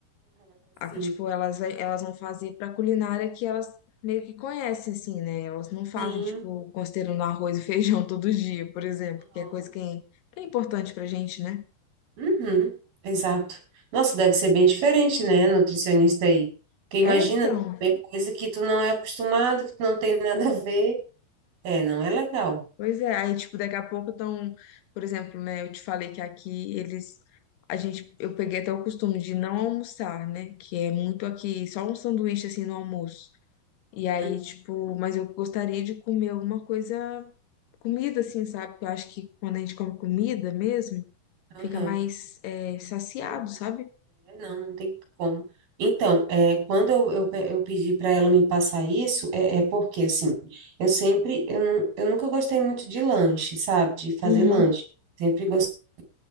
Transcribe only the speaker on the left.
Ah,
tipo, elas, elas vão fazer pra culinária que elas meio que conhecem, assim, né? Elas não fazem,
tipo, considerando arroz e <laughs> feijão todo dia, por exemplo, que
é coisa que é, que é importante pra gente, né?
É, então.
Pois é, aí, tipo, daqui a pouco estão, por exemplo, né, eu te falei que aqui eles, a gente, eu peguei até o costume de não almoçar, né, que é muito aqui, só um sanduíche, assim, no almoço, e aí,
tipo, mas eu gostaria de comer alguma coisa, comida, assim, sabe, que eu acho que quando a gente come comida mesmo,
fica mais, é, saciado,
sabe?
Uhum.